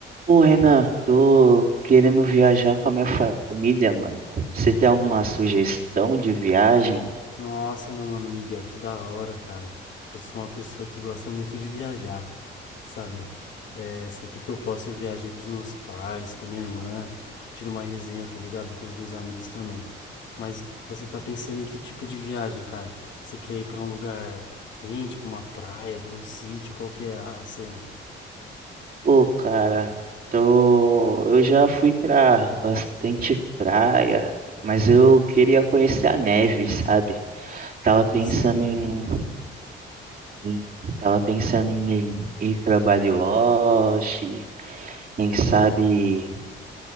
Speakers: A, on the right; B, on the left.
A: Ô, Renan, tô querendo viajar com a minha família, mano. Você tem alguma sugestão de viagem?
B: Nossa, meu mano Miguel, que da hora, cara. Eu sou uma pessoa que gosta muito de viajar, sabe? É, sempre que eu posso, eu viajei com os meus pais, com a minha irmã, tiro uma resenha, tá ligado? Com os meus amigos também. Mas você tá pensando em que tipo de viagem, cara? Você quer ir pra um lugar quente, pra uma praia, pra um sítio? Qual que é a a cena?
A: Pô, cara, tô... eu já fui pra bastante praia, mas eu queria conhecer a neve, sabe? Tava
B: Conhecer
A: pensando
B: a neve,
A: em,
B: mano.
A: em- tava pensando em ir pra Bariloche, quem sabe,